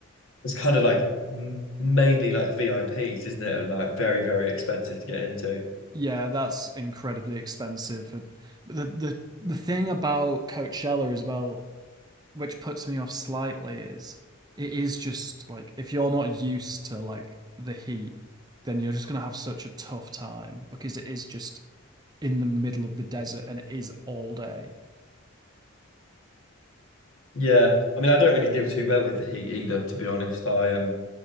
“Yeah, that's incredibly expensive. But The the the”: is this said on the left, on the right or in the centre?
Right